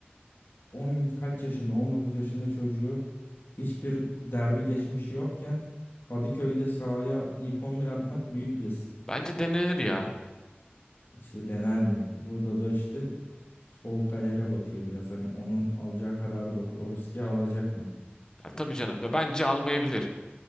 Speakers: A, on the left; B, on the left.
A: 10 kaç yaşında 19 yaşında çocuğu hiçbir derbi geçmişi yokken Kadıköy'de sahaya ilk 11 atmak büyük risk.
B: Bence denenir ya.
A: İşte dener mi? Burada da işte sol kayere bakıyor biraz. Hani onun alacağı karara bakıyor. O riski alacak mı?
B: Ya tabii canım. Ya bence almayabilir.